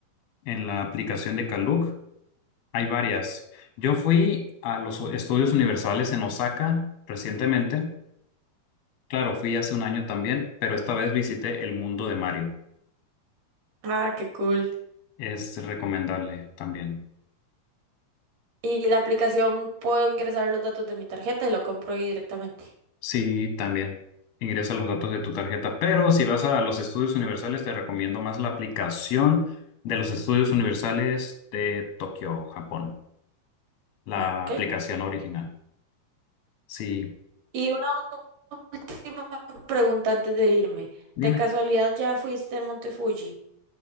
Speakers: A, on the left; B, on the right.
A: en la aplicación de Kaluk. Hay varias. Yo fui a los estudios universales en Osaka recientemente. Claro, fui hace un año también, pero esta vez visité el mundo de Mario.
B: Ah, qué cool.
A: Es recomendable también.
B: Y la aplicación puedo ingresar los datos de mi tarjeta y lo compro ahí directamente.
A: Sí, también. Ingresa los datos de tu tarjeta, pero si vas a los estudios universales, te recomiendo más la aplicación de los estudios universales de Tokio, Japón. La
B: Ok.
A: aplicación original. Sí,
B: Y una última pregunta antes de irme.
A: dime.
B: ¿De casualidad ya fuiste al Monte Fuji?